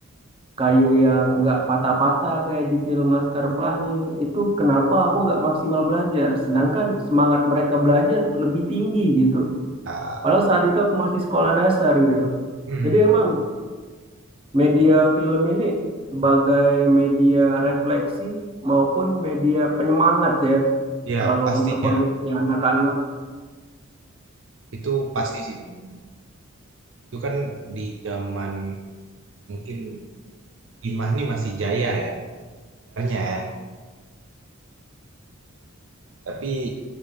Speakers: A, on the right; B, on the right.
A: kayu yang nggak patah-patah kayak di film Laskar Pelangi itu kenapa aku nggak maksimal belajar sedangkan semangat mereka belajar lebih tinggi gitu
B: Ah,
A: padahal saat itu aku masih sekolah dasar gitu
B: mm.
A: jadi emang media film ini sebagai media refleksi maupun media penyemangat ya
B: Ya,
A: kalau
B: pastinya.
A: untuk konsumsi anak-anak
B: Itu pasti sih Bang. Itu kan di zaman mungkin timah nih masih jaya ya sebenarnya ya. Tapi